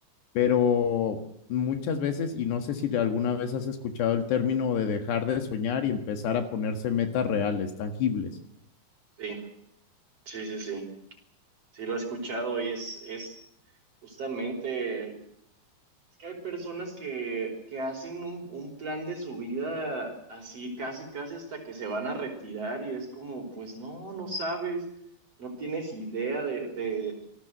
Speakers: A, on the left; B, on the right.
A: pero muchas veces, y no sé si alguna vez has escuchado el término de dejar de soñar y empezar a ponerse metas reales, tangibles.
B: sí, sí, sí, sí. Sí, lo he escuchado y es, es justamente, es que hay personas que, que hacen un, un plan de su vida así, casi, casi hasta que se van a retirar y es como, pues no, no sabes, no tienes idea de, de,